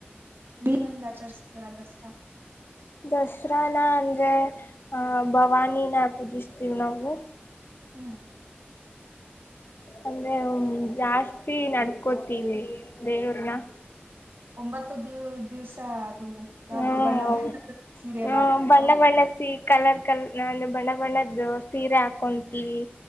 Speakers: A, on the right; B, on the left.
A: ನೀವೆಂಗ ಆಚರಿಸ್ತೀರಾ ದಸರಾ
B: ದಸರಾನ ಅಂದ್ರೆ ಅ ಭವಾನಿನ ಪೂಜಿಸ್ತೀವಿ್ ನಾವು
A: ಹ್ಮ್
B: ಅಂದ್ರೆ ಜಾಸ್ತಿ ನಡ್ಕೋತೀವಿ ದೇವ್ರ್ ನ
A: ಒಂಬತ್ತು ದಿವ್ ದಿವ್ಸ ಯಾವ್ದೋ
B: ಹ್ಮ
A: ಬಣ್ಣ
B: ಹೌ
A: ಬಣ್ಣದ ಸೀರೆ
B: ಹ
A: ಎಲ್ಲ ಹಾಕ್ತೀಯಾ
B: ಬಣ್ಣ ಬಣ್ಣ ಸಿ ಕಲರ್ ಕಲ್ ನಂದು ಬಣ್ಣ ಬಣ್ಣ ಇದು ಸೀರೆ ಹಾಕೊಂತೀವಿ